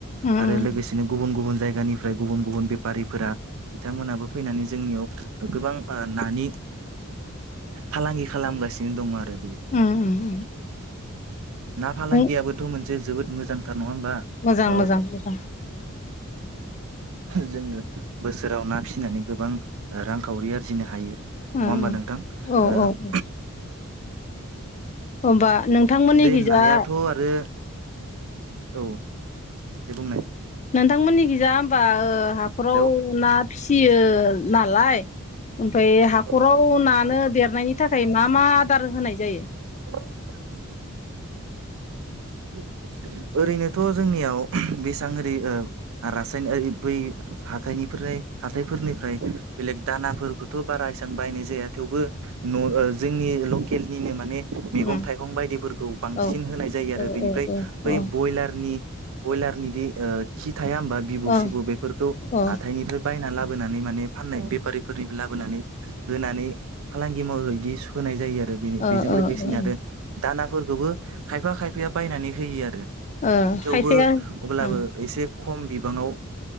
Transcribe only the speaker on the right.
आरो
लोगोसेनो गुबुन गुबुन जायगा जायगानिफ्राय गुबुन गुबुन बेपारिफोरा बिथांमोनाबो फैनानै जोंनियाव गोबां नानि फालांगि खालामगासिनो दं आरो
ना फालांगियाबोथ'
मोनसे जोबोद मोजां <unintelligible> नङा ओमबा
औ
जोङो बोसोराव ना फिसिनानै गोबां रांखावरि आरजिनो हायो नङा
होमबा नोंथां
ओ
दे
नायाथ' आरो औ दे बुंनाय
हेलौ
औ
औ
<unintelligible> <inaudible> ओरैनोथ' जोंनियाव बेसां आरि रासायनारि बै हाथाइनिफोर हाथाइफोरनिफ्राय बेलेग दानाफोरबोथ' बारा एसां बाहायनाय जाया थेवबो न' जोंनि लकेलनिनो माने मैगं-थाइगं
बायदिफोरखौ बांसिन
होनाय जायो आरो
बेनिफ्राय
बै
बयलारनि बयलारनि थाया होनबा
बिबु सिबु बेफोरखौ
हाथाइनिफ्राय बायना लाबो लाबोनानै माने फाननाय बेफारिफोरनि लाबोनानै होनानै फालांगि माव बिदि होनाय जायो आरो आरो बेनि
बेजों लोगोसेनो
आरो दानाफोरखौबो खायफा खायफाया बायनानै होयो आरो
थेवबो
अब्लाबो
एसे खम बिबाङाव